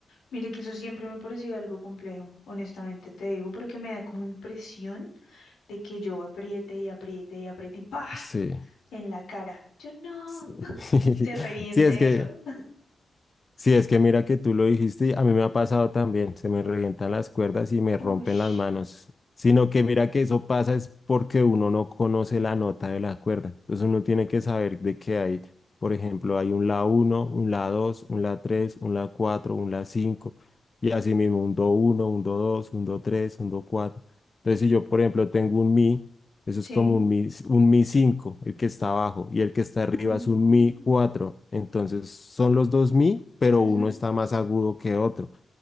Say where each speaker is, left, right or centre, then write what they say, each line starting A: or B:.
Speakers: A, on the left; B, on the left.
A: Mire que eso siempre me ha parecido algo complejo, honestamente te digo, porque me da como impresión de que yo apriete y apriete y apriete y ¡pa!
B: Sí.
A: en la cara. Yo no,
B: Sí, <laughs>
A: se reviente
B: Sí, es que...
A: eso.
B: Sí, es que mira que tú lo dijiste, y a mí me ha pasado también, se me revientan las cuerdas y me
A: <laughs>
B: rompen
A: Ush,
B: las manos, sino que mira que eso pasa es porque uno no conoce la nota de la cuerda, entonces uno tiene que saber de qué hay, por ejemplo, hay un la uno, un la 2, un la 3, un la 4, un la 5 y así mismo un do uno, un do 2, un do 3, un do 4. Entonces si yo, por ejemplo, tengo un mi eso
A: sí.
B: es como un mi, un mi 5 el que está abajo, y el que está arriba
A: Mm,
B: es un mi cuatro Entonces son los dos mi, pero
A: ujú,
B: uno está más agudo que otro.